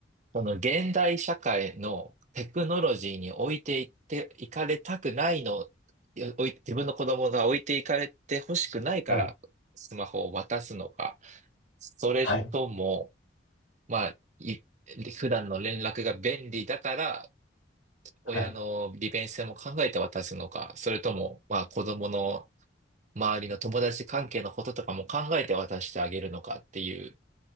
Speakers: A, on the right; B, on the left.
A: その現代社会のテクノロジーに置いていっていかれたくないの、いや置い自分の子供が置いていかれて欲しくないからスマホを渡すのか、
B: はい。
A: それとも、
B: はい。
A: まあ、い普段の連絡が便利だから、親の利便性も考えて渡すのか、
B: はい。
A: それとも、まあ、子供の周りの友達関係のこととかも考えて渡してあげるのかっていう